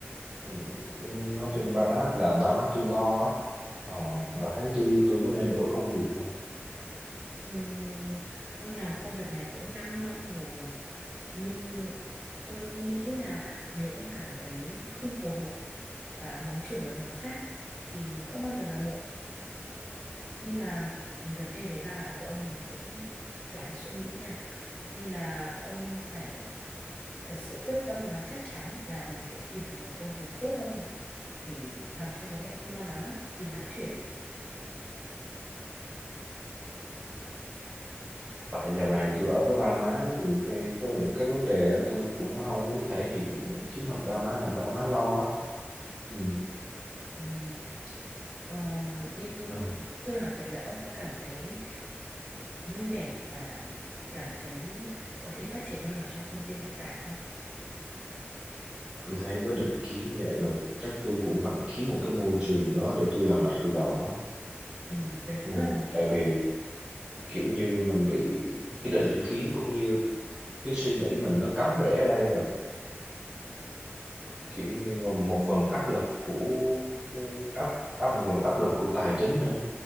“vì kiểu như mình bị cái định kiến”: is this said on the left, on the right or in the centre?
Right